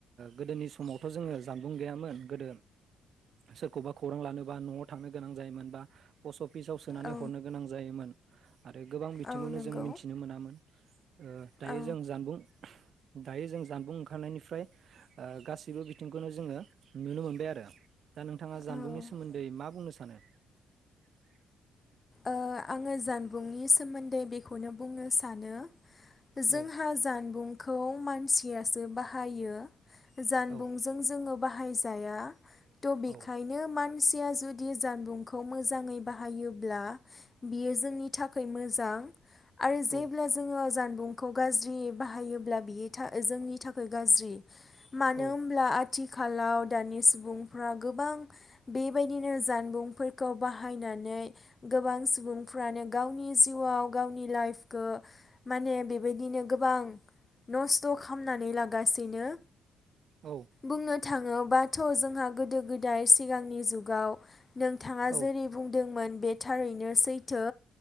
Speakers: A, on the right; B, on the left.
A: गोदोनि समावथ' जोङो जानबुं गैयामोन गोदो सोरखौबा खौरां लानोबा न'आव थांनो गोनां जायोमोन बा पस्ट अफिसाव सोनानै
B: औ
A: हरनो गोनां जायोमोन। आरो गोबां बिथिंखौनो
B: औ नंगौ
A: जों मिथिनो मोनामोन। <inaudible> ओ दायो
B: औ
A: जों जानबुं दायो जों जानबुं ओंखारनायनिफ्राय ओ गासैबो बिथिंखौनो जोङो नुनो मोनबाय आरो। दा नोंथाङा जानबुंनि
B: औ ओ
A: सोमोन्दै मा बुंनो सानो? <inaudible>
B: ओ आङो जान बुंनि सोमोन्दै बेखौनो बुंनो सानो जोंहा
A: औ
B: जानबुं खौ मानसियासो बाहायो। जानबुंजों
A: औ
B: जोङो बाहायजाया। त बिखायनो
A: औ
B: मान सिया जुदि जानबुंखौ मोजाङै बाहायोब्ला। बियो जोंनि थाखाय मोजां। आरो
A: औ
B: जेब्ला जोङो जान बुंखौ गाज्रि बाहायोब्ला बियो था जोंनि थाखाय गाज्रि। मानो
A: औ
B: होमब्ला आ थिखालाव दानि सुबुंफ्रा गोबां बेबायदिनो जानबुंफोरखौ बाहायनानै गोबां सुबुंफ्रानो गावनि जिउआव गावनि लाइफखो माने बेबायदिनो गोबां नस्थ' खालामनानै लागासिनो।
A: औ
B: बुंनो थांङोबाथ' जों हा गोदो गोदाय सिगांनि जुगाव नोंथाङा
A: औ
B: जेरै बुंदोंमोन बे ओरैनो सैथो